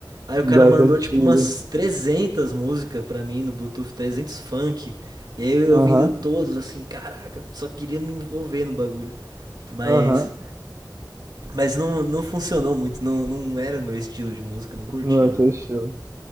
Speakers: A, on the right; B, on the right.
A: Aí o
B: Das
A: cara mandou,
B: antigas.
A: tipo, umas 300 músicas pra mim no Bluetooth, 300 funk. E aí eu
B: Aham,
A: ouvindo todos, assim, caraca, só queria me envolver no bagulho. Mas
B: aham.
A: Mas não, não funcionou muito, não, não era o meu estilo de música, não curtia
B: Não esse
A: muito.
B: é seu estilo.